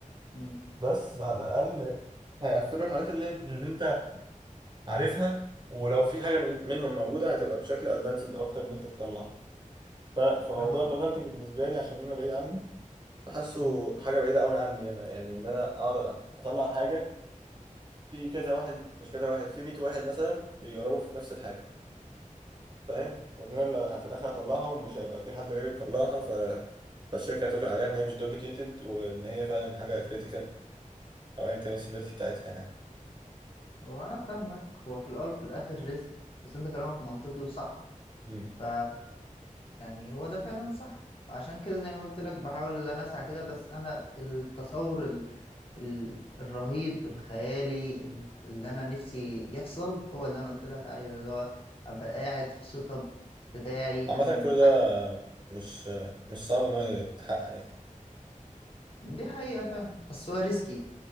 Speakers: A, on the left; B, on the right.
A: امم
B: بس على الأقل هيقفلوا الحاجات اللي, اللي انت عارفها ولو في حاجة من منهم موجودة هتبقى بشكل ادفانسد أكتر إن أنت تطلعها ف- فموضوع
A: فالموضوع
B: البرمنتج بالنسبة لي عشان أنا بعيد عنه بحسه
A: امم
B: حاجة بعيدة أوي عني أنا يعني إن أنا أقعد أطلع حاجة في كذا واحد مش كذا واحد في 100 واحد مثلا بيجربوا في نفس الحاجة فاهم وان انا اللي في الاخر هطلعها ومش هيبقى في حد غيري مطلعها ف فالشركه هتوافق عليها ان هي مش دوبليكيتد وان هي فعلا حاجه كريتيكال او ايا كان السيفيريتي بتاعتها يعني
A: هو انا فاهمك هو في الاول وفي الاخر رزق بس انت كلامك منطقي وصح
B: مم.
A: ف يعني هو ده فعلا صح فعشان كده زي ما قلت لك بحاول ان انا اسعى كده بس انا التصور ال... ال... الرهيب الخيالي ال- اللي انا نفسي يحصل هو اللي انا قلت لك عليه اللي هو ابقى قاعد في السيت اب بتاعي
B: عامه
A: انا اللي متحكم
B: كل ده مش مش صعب ان هو يتحقق يعني
A: دي حقيقة فعلا بس هو ريسكي